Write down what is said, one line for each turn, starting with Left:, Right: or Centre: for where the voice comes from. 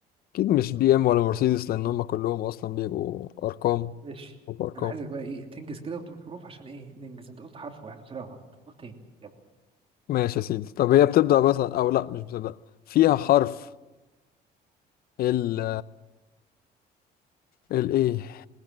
Left: أكيد مش بي إم ولا مرسيدس لأن هما كلهم أصلا بيبقوا أرقام
Right: ماشي
Left: وأرقام
Right: أنا عايزك بقى إيه تنجز كده وتقول حروف عشان إيه ننجز أنت قلت حرف واحد وطلع غلط قول تاني يلا
Left: ماشي يا سيدي طب هي بتبدأ مثلا أو لأ مش بتبدأ فيها حرف ال ال إيه